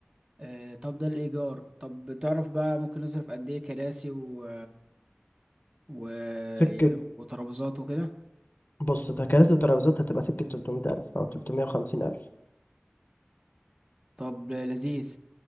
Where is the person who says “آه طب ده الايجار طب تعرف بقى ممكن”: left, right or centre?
Right